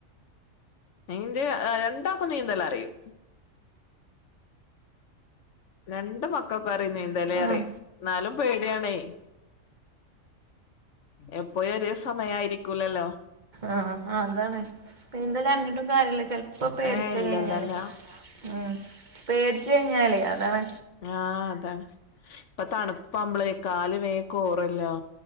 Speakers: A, on the left; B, on the right.
A: ഇന്റെ രണ്ടാക്കും നീന്തല്ല അറിയും. രണ്ട് മക്കൾക്കെ അറിയ നീന്തലേറി
B: ആഹ്
A: എന്നാലും പേടിയണേ. എപ്പോഴും ഒരേ സമയയിരിക്കൂലല്ലോ.
B: ആഹ് അതാണ് നിന്തലും- അറിഞ്ഞിട്ടും കാര്യല്ല ചെപ്പോ- പേടിച്ച
A: ഏഹ് ഇല്ലല്ലല്ല
B: കഴിഞ്ഞാല്- ഉം പേടച്ച് കഴിഞ്ഞാല്, അതാണ്.
A: ആഹ് അതാണ്, ഇപ്പോ തണുപ്പാവമ്പള കാല് വേകൊരല്ലോ.